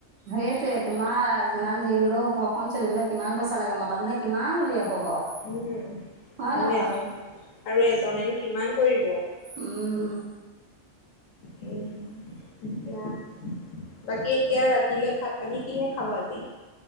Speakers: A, on the right (about 60°); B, on the left (about 80°).
A: সেইটোয়ে তোমাৰ যিমান যি হ'লেও ঘৰখন চলিবলৈ কিমান পইচা লাগে, মতা মানুহে কিমান উলিয়াব। বাৰু
B: উম
A: হয়
B: আৰু
A: নহয়
B: এজন আৰু এজনেনো কি কিমান কৰিব।
A: উম।
B: দিয়া, বাকী এতিয়া ৰাতি দিলে ভাত পানী কিহে খাব আজি।